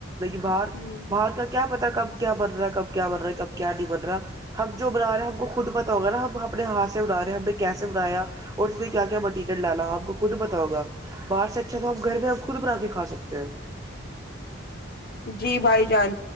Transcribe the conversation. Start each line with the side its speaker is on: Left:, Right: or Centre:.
Right: باہر
Left: ہاں
Right: بھارت کا کیا تک اپ کیا کر رہا ہے کب کیا بن رہا ہے کب کیا ڈیبٹ رہا اب جو بنا رہے ہیں ہم کو خود پتہ ہوگا نا اپنے ہاتھ سے بنا رہے ہیں ابے کیسے بنایا اور اس میں کیا کیا وہ ٹکٹ لانا اپ کو خود بتاؤں گا باہر سے اچھا تو اب گھر میں اپ خود بنا کے کھا سکتے ہیں
Left: جی بھائی جان